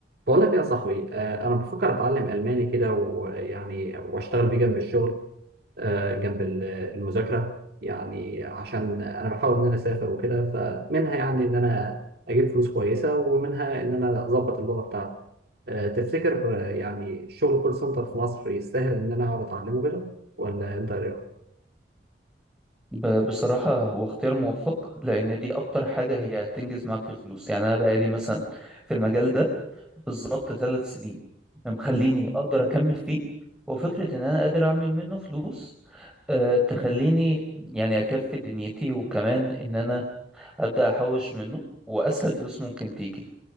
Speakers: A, on the right; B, in the centre.
A: بقول لك إيه يا صاحبي آه، انا بفكر اتعلم الماني كده ويعني واشتغل بيه جنب الشغل آه، جنب ال- المذاكره يعني عشان انا بحاول ان انا اسافر وكده فمنها يعني ان انا اجيب فلوس كويسه ومنها ان انا اظبط اللغه بتاعتي آه، تفتكر آه، يعني الشغل كول سنتر في مصر يستاهل ان انا اقعد اتعلمه كده ولا انت إيه
B: ب- بصراحة هو اختيار موفق لأن دي أكتر حاجة هي هتنجز معاك في الفلوس يعني أنا بقالي مثلا في المجال ده بالظبط ثلاث سنين مخليني أقدر أكمل فيه وفكرة إن أنا قادر أعمل منه فلوس أه تخليني يعني أكفي دنيتي وكمان إن أنا أبدأ أحوش منه وأسهل فلوس ممكن تيجي